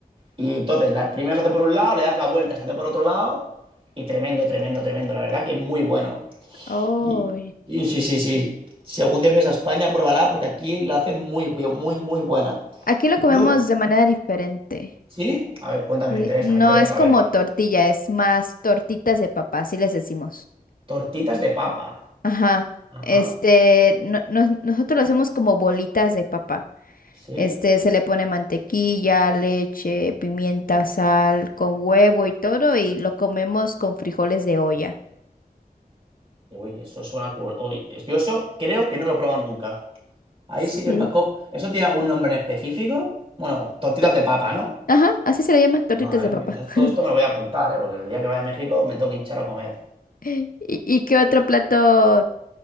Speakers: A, on the right (about 35°); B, on the left (about 60°).
A: Y entonces, la, primero se hace por un lado, le das la vuelta, se hace por otro lado, y tremendo, tremendo, tremendo. La verdad que es muy bueno.
B: Oh,
A: Y, y sí, sí, sí. Si algún día vienes a España, pruébala, porque aquí la hacen muy, bu- muy, muy buena.
B: aquí lo
A: Y
B: comemos
A: luego,
B: de manera diferente.
A: ¿sí? A ver, cuéntame,
B: Sí,
A: me interesa,
B: no
A: me interesa
B: es
A: saberlo.
B: como tortilla, es más tortitas de papá, así les decimos.
A: Tortitas de papa.
B: Ajá.
A: Ajá,
B: Este, no- nos- nosotros lo hacemos como bolitas de papá.
A: sí.
B: Este, se le pone mantequilla, leche, pimienta, sal, con huevo y todo, y lo comemos con frijoles de olla.
A: Uy, eso suena cool. Uy, es- yo eso creo que no lo he probado nunca. Ahí
B: Sí.
A: sí que... va- co- ¿Eso tiene algún nombre en específico? Bueno, tortitas
B: to-
A: de papa, ¿no?
B: Ajá, así se le llama, tortitas
A: Madre
B: de papá.
A: mía,
B: <laughs>
A: todo esto me lo voy a apuntar, ¿eh? Porque el día que vaya a México me tengo que hinchar a comer.
B: ¿Y, y qué otro plato